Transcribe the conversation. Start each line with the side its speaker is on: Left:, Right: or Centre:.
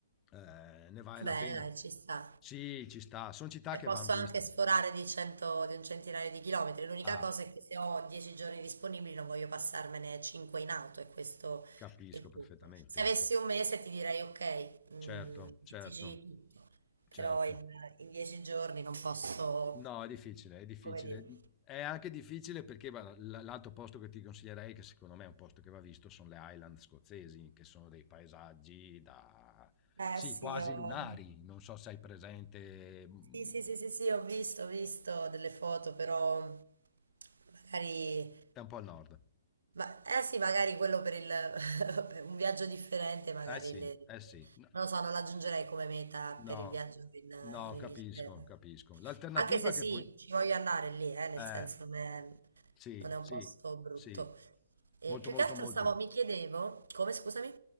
Left: eh, ne vale
Right: Va
Left: la
Right: Bene,
Left: pena.
Right: dai, ci sta.
Left: Sì, ci sta, sono città
Right: E
Left: che
Right: Posso
Left: vanno viste.
Right: anche sforare di, 100, di un centinaio di chilometri. L'unica
Left: Ah,
Right: cosa è che se ho 10 giorni disponibili non voglio passarmene 5 in auto e questo
Left: capisco
Right: è il
Left: perfettamente.
Right: punto. Se avessi un mese ti direi ok, mm,
Left: Certo, certo,
Right: mettici tutto, però
Left: certo.
Right: in, in 10 giorni non posso,
Left: No, è difficile, è difficile.
Right: come dire.
Left: È anche difficile perché guarda, l- l'altro posto che ti consiglierei, che secondo me è un posto che va visto, sono le Highland scozzesi, che sono dei paesaggi da...
Right: Eh
Left: Sì,
Right: sì,
Left: quasi
Right: ho...
Left: lunari, non so se hai presente. mm,
Right: Sì, sì, sì, sì, sì, ho visto, ho visto delle foto, però magari
Left: È un po' al nord.
Right: Ma, eh sì, magari quello per il, <laughs> per un viaggio differente, magari
Left: Eh sì,
Right: le-
Left: eh sì. No,
Right: non lo so, non l'aggiungerei come meta
Left: no,
Right: per il viaggio in,
Left: no,
Right: in Inghilterra.
Left: capisco, capisco. L'alternativa
Right: Anche se
Left: che
Right: sì,
Left: poi...
Right: ci voglio andare lì, eh, nel
Left: Eh,
Right: senso non è,
Left: sì,
Right: non è un
Left: sì,
Right: posto brutto.
Left: sì.
Right: E
Left: Molto,
Right: più
Left: molto,
Right: che altro
Left: molto.
Right: stavo, mi chiedevo, come scusami?